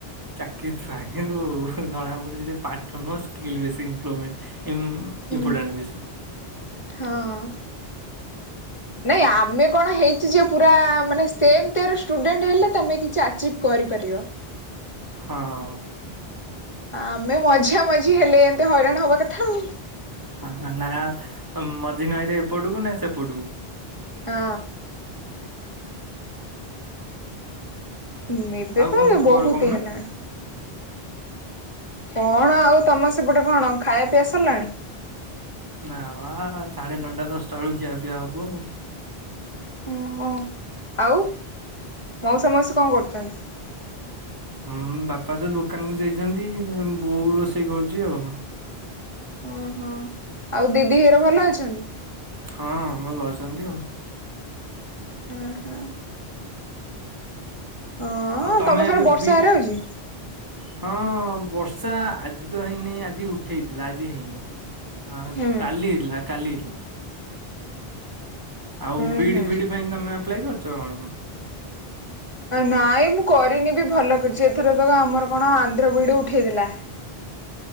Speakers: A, on the right; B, on the left.
A: ଚାକିରି ଥିବା କିନ୍ତୁ ଜଣା ପଡୁଛି ଯେ ପାଠ ନୁହ ସ୍କିଲ ବେଶୀ ଇପ୍ରଭମେଣ୍ଟ ମ୍ପୋଟ
B: ହୁଁ
A: ବସି
B: ହଁ ନାଇଁ ଆମେ କଣ ହେଇଛି ଯେ ପୁରା ମାନେ ସେମ ଷ୍ଟୁଡେଣ୍ଟ ହେଲେ ତମେ କିଛି ଆଚିଭ କରିପାରିବ
A: ହଁ
B: ଆମେ ମଝିା ମଝି ହେଲେ ଏମତି ହଇରାଣ ହବା କଥା ଆଉ
A: ହଁ ନା ମଝି ନଈରେ ଏପଟକୁ ନା ସେପଟକୁ
B: ହଁ ଁ ଏବେ
A: ଆଉ
B: ତ
A: କଣ ଖବର
B: ବହୁତ
A: କହୁନ
B: ହେଲାଣି କଣ ଆଉ ତମର ସେପଟେ କଣ ଖାଇବା ପିଇବା ସରିଲାଣି
A: ନା ବା ସାଢେ ନଅଟା ଦଶଟା ବେଳକୁ ଖିଆ ପିଇଆ ହବୁ
B: ଓ ହ ଆଉ ମଉ ସମସ୍ତେ କଣ କରୁଛନ୍ତି
A: ହଁ ବାପା ତ ଦୋକାନ କୁ ଯାଇଛନ୍ତି ବୋଉ ରୋଷେଇ କରୁଛି ଆଉ
B: ଓହୋ ଆଉ ଦିଦି ହର ଭଲ ଅଛନ୍ତି।
A: ହଁ ଭଲ ଅଛନ୍ତି ଆଉ।
B: ହଁ ହୁଁ। ଓହୋ
A: ଆଉ
B: ହଁ
A: ତମେ
B: ତମ ସିଆଡେ
A: ଏବେ
B: ବର୍ଷା
A: ବି
B: ହେରା ହଉଛି?
A: ହଁ ବର୍ଷା ଆଜି ତ ହେଇନି ଆଜି ଉଠେଇଥିଲା ଆଜି ହେଇନି। ହଁ
B: ହୁଁ
A: ଖାଲି ଲା ଖାଲି ଲା ଆଉ
B: ହୁଁ
A: ବିଡି
B: ହୁଁ।
A: ଫିଡି ପାଇଁ ତମେ ଆପ୍ଲାଏ କରୁଛ କଣ?
B: ନାଇଁ ମୁଁ କରିନି ବି ଭଲ କରିଛି ଏଥର ତ ଆମର କଣ ଆନ୍ଧ୍ର ବିିଡି ଉଠେଇଥିଲା।